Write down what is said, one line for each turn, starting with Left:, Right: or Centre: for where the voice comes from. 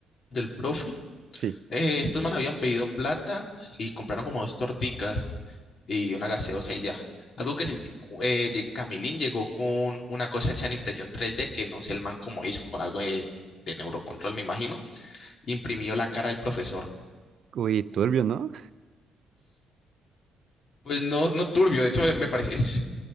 Left: del profe,
Right: Sí.
Left: eh, estos manos habían pedido plata y compraron como dos torticas. y una gaseosa y ya. Algo que sí, eh, lle- Camilín llegó con una cosa hecha en impresión 3D que no sé el man cómo hizo, con algo de, de neurocontrol, me imagino. Imprimió la cara del profesor.
Right: Uy, turbio, ¿no?
Left: Pues no, no turbio, de hecho me, me parece, es-